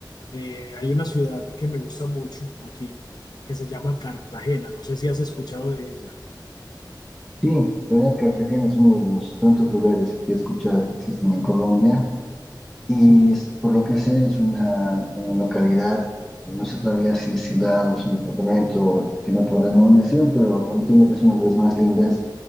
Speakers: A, on the left; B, in the centre.
A: Eh, hay una ciudad que me gusta mucho aquí, que se llama Cartagena. No sé si has escuchado de ella.
B: Sí, la verdad, Cartagena es uno de los tantos lugares que he escuchado que existen en Colombia y
A: Sí.
B: es- por lo que sé es una, una localidad, no sé todavía si es ciudad o es un departamento, tiene otra denominación, pero entiendo que es una de las más lindas,